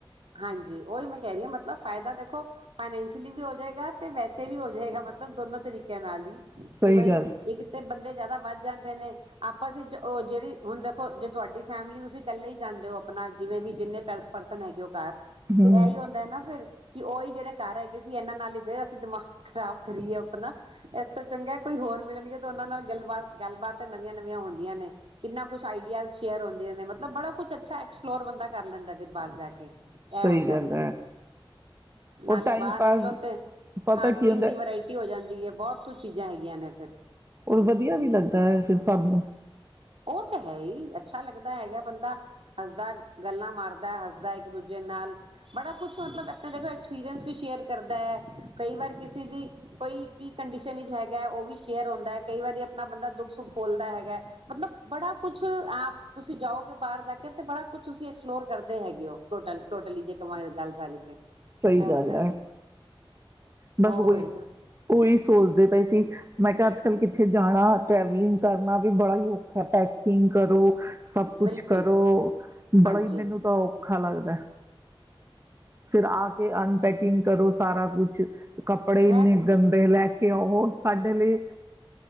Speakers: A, on the right; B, on the right.
A: ਹਾਂਜੀ ਉਹੀ ਮੈਂ ਕਹਿ ਰਹੀ ਹਾਂ ਮਤਲਬ ਫਾਇਦਾ ਦੇਖੋ ਫਾਈਨੈਂਸ਼ੀਅਲੀ ਵੀ ਹੋ ਜਾਏਗਾ ਤੇ ਵੈਸੇ ਵੀ ਹੋ ਜਾਏਗਾ ਮਤਲਬ ਦੋਨੋ ਤਰੀਕੇ ਕੇੈਨਾਲੀ
B: ਸਹੀ
A: ਕਿ ਬਈ
B: ਗੱਲ ਹ
A: ਇੱਕ ਤੇ ਬੰਦੇ ਜਿਆਦਾ ਵੱਧ ਜਾਂਦੇ ਨੇ ਆਪਾਂ ਅਂ ਉਹ ਜਿਹੜੀ ਹੁਣ ਦੇਖੋ ਜੇ ਤੁਹਾਡੀ ਫੈਮਿਲੀ ਤੁਸੀਂ ਇਕੱਲੇ ਹੀ ਜਾਂਦੇ ਹੋ ਆਪਣਾ ਜਿਵੇਂ ਵੀ ਜਿੰਨੇ ਸੈਲਫ ਪਰਸਨ ਹੈਗੇ ਉਹ ਕਾਰ
B: ਹਮ
A: ਤੇ ਇਹੀ ਹੁੰਦਾ ਹੈ ਨਾ ਫਿਰ ਕਿ ਉਹਹੀ ਜਿਹੜੇ ਘਰ ਹੈਗੇ ਸੀ ਇਹਨਾਂ ਨਾਲ ਹੀ ਫੇਰ ਅਸੀਂ ਦਿਮਾਗ ਖਰਾਬ ਕਰੀਏ ਆਪਣਾ ਇਸ ਤੋਂ ਚੰਗਾ ਕੋਈ ਹੋਰ ਮਿਲਣਗੇ ਉਹਨਾਂ ਨਾਲ ਗੱਲਬਾਤ ਗੱਲਬਾਤ ਨਵੀਆਂ ਨਵੀਆਂ ਹੁੰਦੀਆਂ ਨੇ ਕਿੰਨਾ ਕੁ ਕੁਛ ਆਈਡਿਆ ਸ਼ੇਅਰ ਹੁੰਦੇ ਨੇ ਮਤਲਬ ਬੜਾ ਕੁਛ ਅੱਛਾ ਐਕਸਪਲੋਰ ਬੰਦਾ ਕਰ ਲੈਂਦਾ ਫਿਰ ਬਾਹਰ ਜਾ ਕੇ ਇਹ
B: ਸਹੀ
A: ਹੁੰਦਾ
B: ਗੱਲ
A: ਹੈ
B: ਉਹ
A: ਨਾਲੇ
B: ਟਾਈਮ
A: ਬਾਹਰ
B: ਪਾਸ
A: ਨਿਕਲੋ ਤੇ
B: ਪਤਾ
A: ਖਾਣ
B: ਕੀ
A: ਪੀਣ
B: ਹੁੰਦਾ
A: ਦੀ ਵਰਾਇਟੀ ਹੋ ਜਾਂਦੀ ਹੈ ਬਹੁਤ ਤੋਂ ਚੀਜ਼ਾਂ ਹੈਗੀਆਂ ਨੇ ਫ਼ਿਰ
B: ਔਰ ਵਧੀਆ ਵੀ ਲੱਗਦਾ ਹੈ ਫਿਰ ਸਭ ਨੂੰ
A: ਉਹ ਤਾਂ ਹੈ ਹੀ ਅੱਛਾ ਲੱਗਦਾ ਹੈਗਾ ਬੰਦਾ ਹੱਸਦਾ ਗੱਲਾਂ ਮਾਰਦਾ ਹੱਸਦਾ ਇੱਕ ਦੂਜੇ ਨਾਲ ਬੜਾ ਕੁਛ ਮਤਲਬ ਆਪ ਦੇਖੋ ਐਕਸਪੀਰੀਅੰਸ ਵੀ ਸ਼ੇਅਰ ਕਰਦਾ ਹੈ ਕਈ ਵਾਰ ਕਿਸੇ ਦੀ ਕੋਈ ਕੀ ਕੰਡੀਸ਼ਨ ਹੈਗਾ ਉਹ ਵੀ ਸ਼ੇਅਰ ਹੁੰਦਾ ਹੈ ਕਈ ਵਾਰੀ ਆਪਣਾ ਬੰਦਾ ਦੁੱਖ ਸੁੱਖ ਫੋਲਦਾ ਹੈਗਾ। ਮਤਲਬ ਬੜਾ ਕੁਛ ਆਪ ਤੁਸੀਂ ਜਾਓਗੇ ਬਾਹਰ ਜਾ ਕੇ ਤੇ ਬੜਾ ਕੁਛ ਤੁਸੀਂ ਐਕਸਪਲੋਰ ਕਰਦੇ ਹੈਗੇ ਹੋ ਟੋਟਲ ਟੋਟਲੀ ਜੇ ਕਾਂਗੇ ਗੱਲ ਸਾਰੀ ਤੇ।
B: ਸਹੀ
A: ਇਹ ਹੁੰਦਾ
B: ਗੱਲ ਹੈ ਬਸ
A: ਉਹਏ
B: ਉਹੀ
A: ਨਾ
B: ਉਹੀ ਸੋਚਦੇ ਪਏ ਸੀ। ਮੈਂ ਕਿਹਾ ਅੱਜ ਕੱਲ੍ਹ ਕਿੱਥੇ ਜਾਣਾ ਟਰੈਵਲਿੰਗ ਕਰਨਾ ਵੀ ਬੜਾ ਹੀ ਔਖਾ ਹੈ ਪੈਕਿੰਗ ਕਰੋ ਸਭ ਕੁਛ
A: ਬਿਲਕੁਲ
B: ਕਰੋ ਬੜਾ
A: ਹਾਂਜੀ
B: ਹੀ ਮੈਨੂੰ ਤਾਂ ਔਖਾ ਲੱਗਦਾ ਫਿਰ ਆ ਕੇ ਅਨਪੈਕਿੰਗ ਕਰੋ ਸਾਰਾ ਕੁਛ ਕੱਪੜੇ
A: ਇਹ
B: ਇੰਨੇ
A: ਤੇ
B: ਗੰਦੇ
A: ਹੈ
B: ਲੈ ਕੇ ਆਓ ਸਾਡੇ ਲਈ